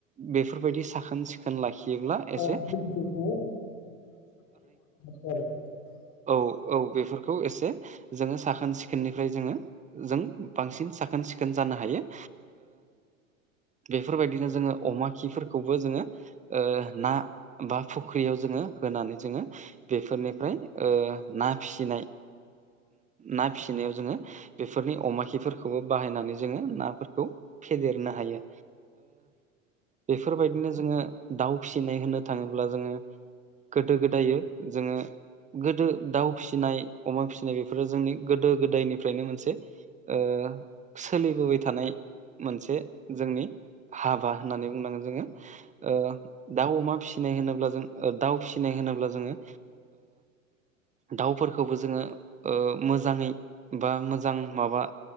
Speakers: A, on the right; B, on the left.
A: बेफोरबायदि साखोन सिखोन लाखियोब्ला एसे
B: ओ जोङो जा
A: औ औ बेफोरखौ एसे जोङो साखोन सिखोननिफ्राय जोङो। जों बांसिन साखोन सिखोन जानो हायो। बेफोरबायदिनो जोङो अमा खिफोरखौबो जोङो ना बा फुख्रियाव जोङो होनानै जोङो बेफोरनिफ्राय ना फिसिनाय ना फिसिनायाव जोङो बेफोरनि अमा खिफोरखौबो बाहायनानै जोङो नाफोरखौ फेदेरनो हायो। बेफोरबायदिनो जोङो दाउ फिसिनाय होनो थाङोब्ला जोङो। गोदो गोदायो जोङो गोदो दाउ फिसिनाय अमा फिसिनाय बेफोरो जोंनि गोदो गोदायनिफ्रायनो मोनसे ओ सोलिबोबाय थानाय मोनसे जोंनि हाबा होननानै बुंनांगोन जोङो। ओ दाउ अमा फिसिनाय होनोब्ला जों दाउ फिसिनाय होनोब्ला जोङो। दाउफोरखौबो जोङो ओ मोजाङै बा मोजां माबा